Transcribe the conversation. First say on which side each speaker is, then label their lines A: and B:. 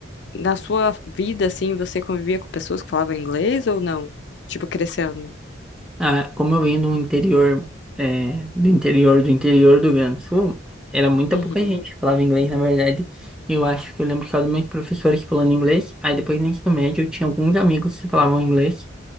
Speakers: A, on the left; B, in the centre.
A: na sua vida, assim, você convivia com pessoas que falavam inglês ou não? Tipo, crescendo?
B: Ah, como eu vim do interior, é, do interior, do interior do Rio Grande do Sul, era muita
A: Uhum.
B: pouca gente que falava inglês, na verdade. Eu acho que eu lembro que era uma professora que falando inglês, aí depois no ensino médio eu tinha alguns amigos que falavam inglês,